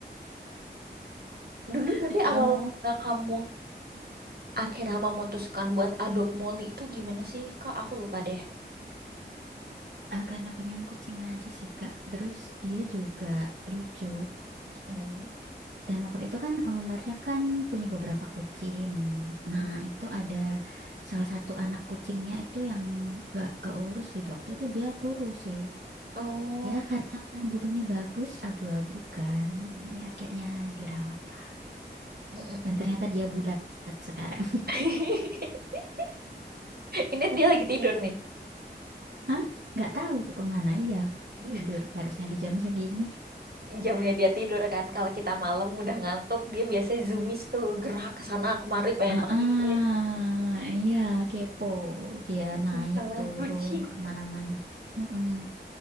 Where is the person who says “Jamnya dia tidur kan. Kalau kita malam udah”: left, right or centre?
Right